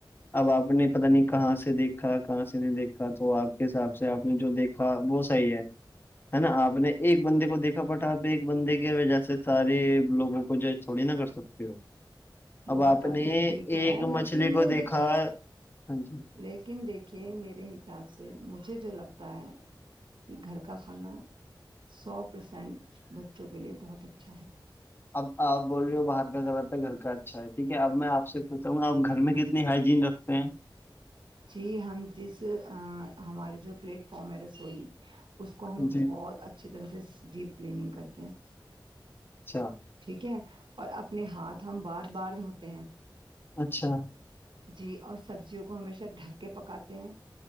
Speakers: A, on the left; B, on the right.
A: اب آپ نے پتا نہیں کہاں سے دیکھا کہاں سے نہیں دیکھا تو آپ کے حساب سے آپ نے جو دیکھا وہ صحی ہے نا آپ نے ایک بندے کو دیکھا بٹ آپ ایک بندے کی وجہ سے سارے لوگوں کو جو یھوڑی نہ کر سکتے ہو
B: وہ
A: اب آپ
B: با ت
A: نے
B: ٹھیک
A: ایک
B: ہے لیکن
A: مچھلی کو دیکھا
B: دیکھیے
A: ہاں جی
B: لیکن دیکھی کہ میرے حساب سے مجھے جو لگتا ہے کہ گھر کا کھانا سو پرسینٹ بچوں کے لیے بہت اچھا ہے
A: ابپ بول رہے ہو باہر کا گھرتا ہے گھر کا اچھا ہے ٹھیک ہے اب میں آپ سے پوچھاوں گا اپ گھر میں کتنا اتنی ہائجین رکھتے ہیں
B: جی ہم جس ہمارے جو پلیٹ فارم ہے رسوئی اس کو ہم
A: ہاں جی
B: بہت اچھی طرح سے ڈیپ کلیننگ کرتے ہیں
A: اچھا
B: ٹھیک ہے اور اپنے ہاتھ ہم بار بار دھوتے ہیں
A: اچھا
B: جی اور سبزیوں کو ہمیشہ ڈھک کے پکاتے ہیں